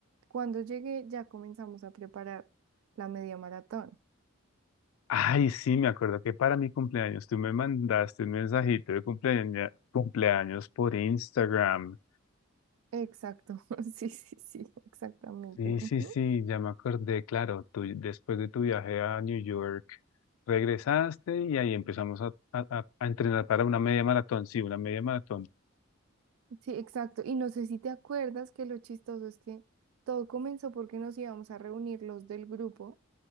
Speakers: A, on the right; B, on the left.
A: cuando llegué, ya comenzamos a preparar la media maratón.
B: Ay, sí, me acuerdo que para mi cumpleaños tú me mandaste un mensajito de cumpleaña- cumpleaños por Instagram.
A: Exacto, <laughs> sí, sí, sí, exactamente.
B: Sí,
A: ujú.
B: sí, sí, ya me acordé, claro, tú después de tu viaje a New York regresaste y ahí empezamos a, a- a- a entrenar para una media maratón, sí, una media maratón.
A: Sí, exacto. Y no sé si te acuerdas que lo chistoso es que todo comenzó porque nos íbamos a reunir los del grupo.